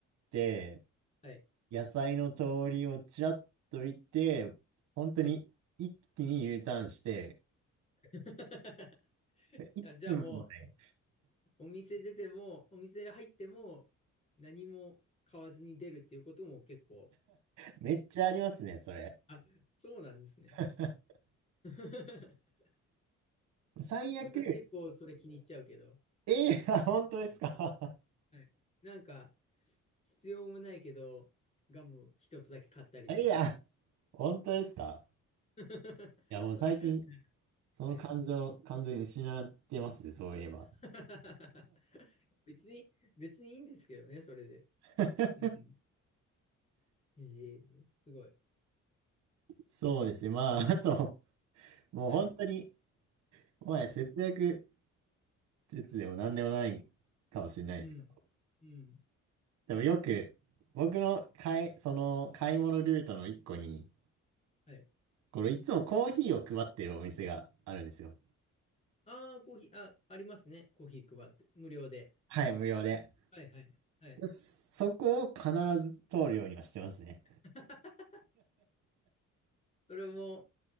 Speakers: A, on the right; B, on the left.
A: て、
B: はい、
A: 野菜の通りをちらっと見て、本当に一気に
B: はい。
A: U ターンして、
B: <laughs>
A: 1分もない。
B: あ、じゃあもう、お店出ても、お店入っても、何も買わずに出るっていうことも結構、
A: めっちゃありますね、それ。
B: あ、そうなんですね。
A: <laughs>
B: <laughs>
A: 最悪、
B: 私結構それ気にしちゃうけど、
A: うん、ええあ、本当ですか
B: はい。なんか、必要もないけど、ガム一つだけ買ったりとか。
A: <laughs> ええあ、本当ですか
B: <laughs>
A: いや、もう最近、その感情、
B: はい
A: 完全に失ってますね、そういえば。
B: <laughs> 別に、別にいいんですけどね、それで。
A: <laughs>
B: うん。ええすごい。
A: そうですね、まあ、あと、もう本当に、
B: はい。
A: もはや節約
B: はい。
A: 術でも何でもないかもしれないですけど、
B: うん。うん。
A: でもよく、僕の買い、その買い物ルートの一個に、
B: はい。
A: これいつもコーヒーを配ってるお店があるんですよ。
B: ああ、コーヒー、あ、ありますね。コーヒー配って。無料で。
A: はい、無料で。
B: はい、はい。はい。
A: そこを必ず通るようにはしてますね。
B: <laughs> それも、